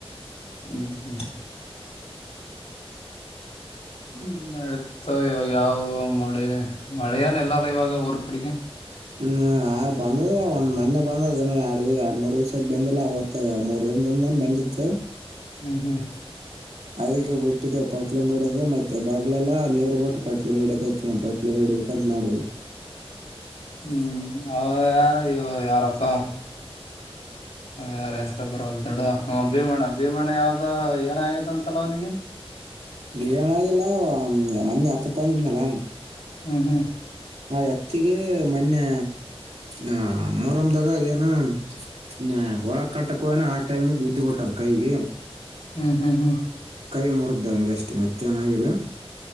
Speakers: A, on the left (about 85°); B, on the right (about 80°).
A: ಹ್ಮ ಹ್ಮ. ಹ್ಮ ನಡತ್ತೊಗೋ ಇವಾಗ ಯಾವವ ನೋಡಿ ಮಳೆಯನ್ ಎಲ್ಲಲ್ಲ ಇವಾಗ ಊರ್ ಕಡೆಗೆ.
B: ಹ್ಮ್ ಆ ಬಂದದ ಒಂದ್ ಮೊನ್ನೆ ಬಂದದ ಎರಡ್ ಎರಡ್ ಮೂರ್ ದಿವಸ್ ಬಂದಿಲ್ಲ ಅವತ್ತ ಮೂರ್ ದ. ಒಂದಂದನ್ ಬಂದತ್ತ.
A: ಹ್ಮ್ ಹ್ಮ್
B: ಅದಕ್ಕೆ ಬಿಟ್ಟಿದ್ದೇವು ಪಟ್ಲಿಂಗಡದು ಮತ್ತೆ ಬರ್ಲೆಲ್ಲಾ ನೀರು ಬಿಟ್ಟು ಪಟ್ಲಿಂಗುಡ ಹಚ್ಚ ಪಟ್ಲಿಂಗುಡಿ ಮುಖಂತ ಮಾಡೀವಿ
A: ಹ್ಮ್ ಅವ ಯಾರ ಇವಾ ಯಾರಪ್ಪ. ಯಾರ ಹೆಸ್ರ ಬರವಲ್ತಾ ನೋಡ ವಾ ಹ ಭೀಮಣ ಭೀಮಣ ಯಾವ್ದ ಏನ ಆಗದ ಅಂತಲ್ಲ ಅವನಿಗೆ.
B: ಲನ ಆಗಿಲ್ಲ ಮೊನೆೆ ಹತ್ತ ತಂದಿದ್ನಲ್ಲ.
A: ಹ್ಮ್ ಹ್ಮ್.
B: ಆ ಎತ್ತಿಗೆ ಮೊನ್ನೆ ಆ ಮೋರಮ್ದಾಗ ಅದೇನ. ಹ ಒಳ ಕಟ್ಟಕ್ಕೋ ಆ ಟೈಮಿಗೆ ಬುದ್ಧಿ ಬಿಟ್ಟ್ ಕೈಗೆ.
A: ಹ್ಮ ಹ್ಮ ಹ್ಮ.
B: ಕೈ ಮುರಿದವನಿಗೆ ಅಷ್ಟ ಮತ್ತೆೇನಾಗಿಲ್ಲ.